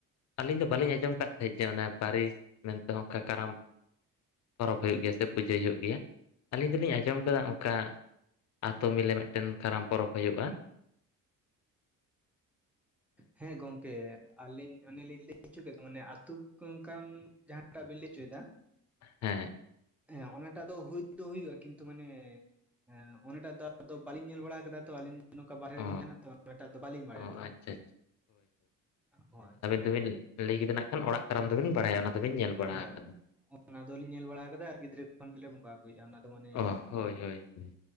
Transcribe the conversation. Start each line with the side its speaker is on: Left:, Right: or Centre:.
Left: ᱟᱹᱞᱤᱧ ᱫᱚ ᱵᱟᱟᱹᱞᱤᱧ ᱟᱸᱡᱚᱢ ᱟᱠᱟᱫ ᱛᱟᱦᱮᱸᱫ ᱡᱮ ᱚᱱᱮ ᱯᱟᱹᱨᱤᱥ ᱢᱮᱱᱛᱮ ᱚᱱᱠᱟ ᱠᱟᱨᱟᱢ ᱯᱚᱨᱚᱵᱽ ᱦᱩᱭᱩᱜ ᱜᱮᱭᱟ ᱥᱮ ᱯᱩᱡᱟᱹᱭ ᱦᱩᱭᱩᱜ ᱜᱮᱭᱟ ᱟᱹᱞᱤᱧ ᱫᱚᱞᱤᱧ ᱟᱸᱡᱚᱢ ᱟᱠᱟᱫᱟ ᱚᱱᱠᱟ ᱟᱛᱳ ᱢᱤᱞᱮᱣ ᱢᱤᱫᱴᱮᱱ ᱠᱟᱨᱟᱢ ᱯᱚᱨᱚᱵᱽ ᱦᱩᱭᱩᱜᱼᱟ ᱾
Centre: ᱦᱮᱸ ᱜᱚᱝ ᱠᱮ ᱟᱹᱞᱤᱧ ᱚᱱᱮᱞᱤᱧ ᱞᱟᱹᱭ ᱦᱚᱪᱚ ᱠᱮᱫᱟ ᱢᱟᱱᱮ ᱟᱛᱳ ᱚᱱᱠ ᱡᱟᱦᱟᱸᱴᱟᱜ ᱵᱤᱱ ᱞᱟᱹᱭ ᱦᱚᱪᱚᱭᱮᱫᱟ,
Left: ᱦᱮᱸ
Centre: ᱦᱮᱸ ᱚᱱᱟᱴᱟᱜ ᱫᱚ ᱦᱩᱭ ᱫᱚ ᱦᱩᱭᱩᱜᱼᱟ ᱠᱤᱱᱛᱩ ᱢᱟᱱᱮ ᱦᱮᱸ ᱚᱱᱴᱟᱜ ᱫᱚ ᱟᱫᱚ ᱵᱟᱟᱹᱞᱤᱧ ᱧᱮᱞ ᱵᱟᱲᱟ ᱠᱟᱫᱟ ᱛᱚ ᱟᱹᱞᱤᱧ ᱱᱚᱝᱠᱟ ᱵᱟᱨᱦᱨᱮ
Left: ᱚ
Centre: ᱨᱮᱜᱤᱱ ᱛᱟᱦᱮᱱᱟ ᱛᱚ ᱚᱱᱟᱴᱟᱜ ᱫᱚ ᱵᱟᱹᱞᱤᱧ
Left: ᱚ
Centre: ᱵᱟᱲᱟᱭᱟ ᱫᱚ,
Left: ᱟᱪᱪᱷᱟ
Centre: ᱦᱳᱭ
Left: ᱵᱤᱱ ᱞᱟᱹᱭ ᱠᱮᱫᱟ ᱱᱟᱜ ᱠᱷᱟᱱ ᱚᱲᱟᱜ ᱠᱟᱨᱟᱢ ᱫᱚᱵᱤᱱ ᱵᱟᱲᱟᱭᱟ ᱚᱱᱟ ᱫᱚᱵᱤᱱ ᱧᱮᱞ ᱵᱟᱲᱟ
Centre: ᱦᱳᱭ
Left: ᱟᱠᱟᱫᱟ᱾
Centre: ᱚᱱᱟ ᱫᱚᱚᱞᱧ ᱧᱮᱞ ᱵᱟᱲᱟ ᱠᱟᱫᱟ ᱟᱨ ᱜᱤᱫᱽᱨᱟᱹ ᱠᱷᱚᱱ ᱜᱮᱞᱮ ᱵᱚᱸᱜᱟ ᱟᱹᱜᱩᱭᱮᱫᱟ, ᱚᱱᱟ ᱫᱚ ᱢᱟᱱᱮ
Left: ᱚ ᱦᱳᱭ ᱦᱳᱭ ᱦᱳᱭ